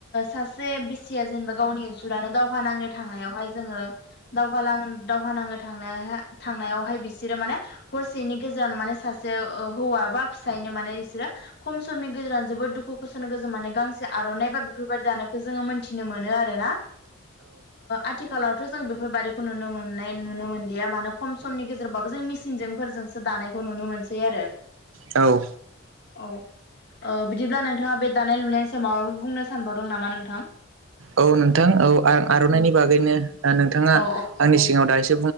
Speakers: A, on the left; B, on the right.
A: सासे बिसिया जेनेबा गावनि ओनसुरानो दावहा नांनो थांनायावहाय जोङो दावहालां दावहा नाङो थांनाय थांनायावहाय बिसोरो माने हरसेनि गेजेरावनो माने ससे हौवा बा फिसायनो माने बिसोर खम समनि गेजेराव जोबबो दुखु गसनो गोजौनाय गांसे आर'नाइ बा बेफोरबायदि दानायखौ जोङो मोनथिनो मोनो आरोना। आथिखालाव थ' जों बेफोरबायदिखौ नुनो मोन नुनो मोनलिया मानो खम समनि गेजेरबाबो जों मिसिनजोंफोरजोंसो दानायखौ नुनो मोनसै आरो।
B: औ
A: औ ओ बिदिब्ला नोंथाङा बे दानाय लुनायनिसायाव माबाफोर बुंनो सानबावदों नामा नोंथां?
B: औ नोंथां औ आं आर'नाइनि
A: औ
B: बागैनो नोंथाङा
A: औ
B: आंनि सिगाङाव दा एसे